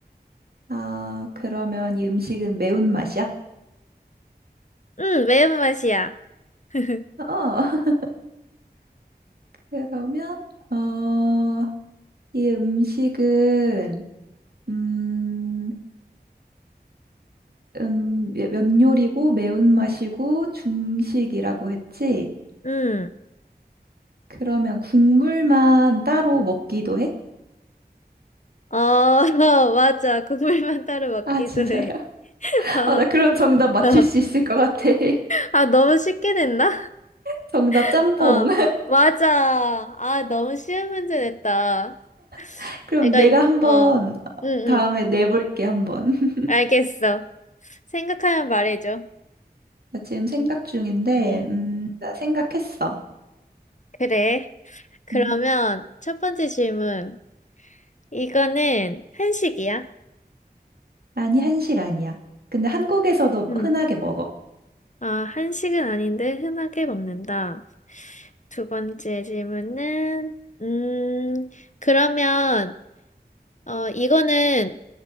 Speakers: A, on the right (about 65°); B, on the left (about 45°).
A: 아, 그러면 이 음식은 매운맛이야? 어.
B: 응, 매운맛이야. <laughs>
A: <laughs> 그러면 어, 이 음식은 음, 음, 면 요리고 매운맛이고 중식이라고 했지?
B: 응.
A: 그러면 국물만 따로 먹기도 해?
B: 어, <laughs> 맞아. 국물만 따로 먹기도
A: 아, 진짜로?
B: 해.
A: <laughs>
B: <laughs> 어,
A: 아, 나 그런 정답 맞출
B: 어.
A: 수 있을 것 같아. <laughs>
B: 아, 너무 쉽게 냈나?
A: 정답 짬뽕.
B: <laughs> 어, 맞아. 아, 너무 쉬운 문제 냈다.
A: <laughs> 그럼
B: 내가,
A: 내가
B: 이-
A: 한번
B: 어, 응, 응.
A: 다음에 내볼게, 한번. <laughs>
B: 알겠어. 생각하면 말해줘.
A: 나 지금 생각 중인데,
B: 응,
A: 음, 나 생각했어.
B: 그래. 그러면
A: 음,
B: 첫 번째 질문. 이거는 한식이야?
A: 아니, 한식 아니야. 근데 한국에서도
B: 응.
A: 흔하게 먹어.
B: 아, 한식은 아닌데 흔하게 먹는다. 두 번째 질문은, 음, 그러면, 어, 이거는,